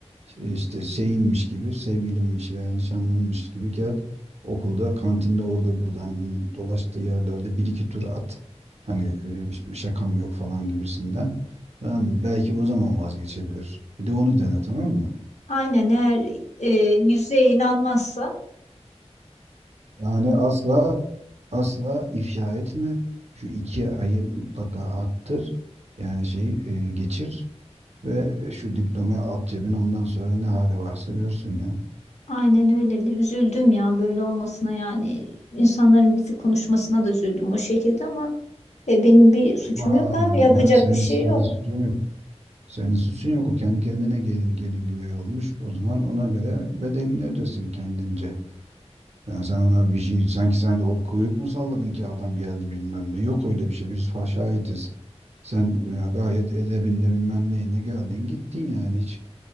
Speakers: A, on the right (about 70°); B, on the left (about 80°).
A: İşte işte şeyinmiş gibi sevgilinmiş veya nişanlınmış gibi gel okulda kantinde orada buradan bunun dolaştığı yerlerde bir iki tur at. Hani e, hiçbir şakam yok falan gibisinden. Tamam mı? Belki o zaman vazgeçebilir. Bir de onu dene tamam mı?
B: Aynen eğer e, yüzüğe inanmazsa
A: Yani asla asla ifşa etme. Şu iki ayı mutlaka attır. Yani şeyi e, geçir ve şu diplomayı at cebine ondan sonra ne hali varsa görsün ya.
B: aynen öyle de üzüldüm ya böyle olmasına yani insanların bizi konuşmasına da üzüldüm o şekilde ama e, benim bir suçum
A: Ama,
B: yok abi yapacak
A: ama senin,
B: bir şey
A: senin
B: yok.
A: suçun yok. Senin suçun yok. O kendi kendine gel- gelin güvey olmuş. O zaman ona göre bedelini ödesin kendince. Yani sen ona bir şey sanki sen de or kuyruk mu salladın ki adam geldi bilmem ne. Yok öyle bir şey. Biz fa- şahidiz. Sen e, gayet edebinle bilmem neyine geldin gittin yani hiç